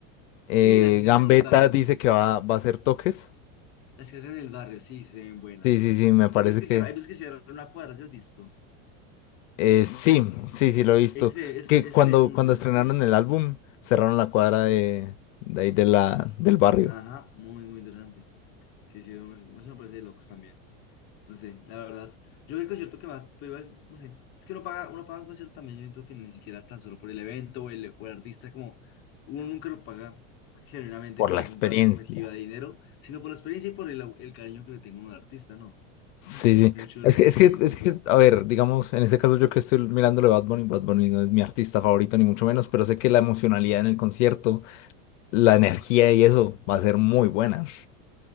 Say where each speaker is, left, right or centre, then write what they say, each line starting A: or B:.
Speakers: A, on the left; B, on the left.
A: eh,
B: sí, las que
A: Gambetta
B: hacen en el barrio,
A: dice que va, va a hacer toques.
B: las que hacen en el barrio, sí, se ven buenas,
A: Sí,
B: se
A: sí,
B: ven
A: sí,
B: buenas.
A: me parece
B: Hay veces que
A: que.
B: cierran, hay veces que cierran una cuadra, ¿sí has visto?
A: eh, sí, sí, sí, lo he visto.
B: Ese es,
A: Que
B: ese
A: cuando,
B: muy
A: cuando
B: interesante.
A: estrenaron el álbum, cerraron la cuadra de, de ahí de la, del barrio.
B: Ajá, muy, muy interesante. Sí, sí, no, eso me parece de locos también. No sé, la verdad. Yo el concierto que más, pues, igual, no sé, es que uno paga, uno paga un concierto también, yo siento que ni siquiera tan solo por el evento o el, o el artista, como uno nunca lo paga generalmente
A: Por
B: con
A: la
B: una
A: experiencia.
B: comparación objetiva de dinero, sino por la experiencia y por el, el cariño que le tengo a un artista, ¿no?
A: Sí,
B: Es
A: sí.
B: mucho el,
A: Es
B: el
A: que, es
B: cariño
A: que,
B: especial.
A: es que, a ver, digamos, en este caso yo que estoy mirando de Bad Bunny, Bad Bunny no es mi artista favorito ni mucho menos, pero sé que la emocionalidad en el concierto, la energía y eso va a ser muy buena.